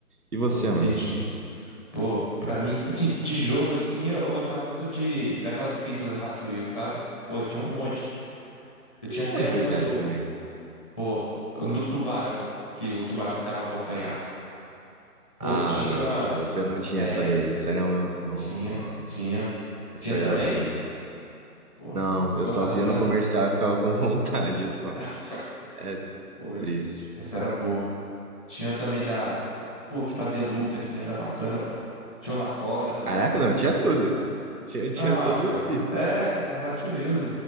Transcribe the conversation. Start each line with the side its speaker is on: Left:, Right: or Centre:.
Right: E você,
Centre: Pô, entendi.
Right: mano?
Centre: Pô, pra mim, assim, de jogo assim, eu, eu gostava muito de daquelas pistas da Hot Wheels, sabe? Pô, tinha um monte. Eu tinha
Right: Não
Centre: até
Right: é verdade
Centre: uma do,
Right: também.
Centre: pô, um do tubarão, que o tubarão tentava abocanhar. Pô,
Right: Ah,
Centre: tinha,
Right: não, você não tinha
Centre: é,
Right: essa daí. Sério, um... Nossa,
Centre: tinha, tinha,
Right: essa
Centre: tinha também.
Right: era boa.
Centre: Pô,
Right: Não,
Centre: eu
Right: eu
Centre: gostava
Right: só via
Centre: daquela.
Right: no comercial e ficava com <laughs> vontade só.
Centre: <laughs>
Right: É
Centre: Pô,
Right: triste.
Centre: essa era boa. Tinha também da, pô, que fazia loop assim, era bacana, pô. Tinha um da cobra também.
Right: Caraca, não, tinha tudo. Tinha, tinha
Centre: Ah,
Right: todas
Centre: rapaz.
Right: as pistas,
Centre: É,
Right: pô.
Centre: é Hot Wheels.